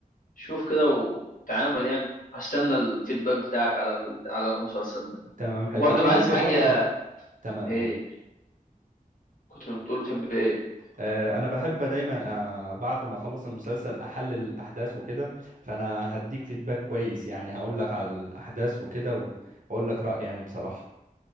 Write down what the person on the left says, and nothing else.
شوف كده وتعامل يعني هستنى الفيدباك بتاعك على ال... على المسلسل ده
وبرضه
لو عايز حاجه
ايه
كنت بتقول بتحب ايه